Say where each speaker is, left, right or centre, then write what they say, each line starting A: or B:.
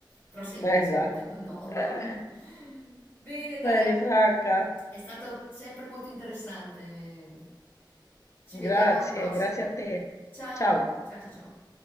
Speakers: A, on the left (about 20°); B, on the left (about 40°).
A: tra sei mesi.
B: esatto.
A: <laughs> No.
B: <laughs>
A: <laughs> Bene, dai.
B: Bene, Franca,
A: È stato sempre molto interessante. Ci
B: grazie,
A: vediamo alla prossima.
B: grazie a te.
A: Ciao,
B: Ciao.
A: ciao, ciao, ciao.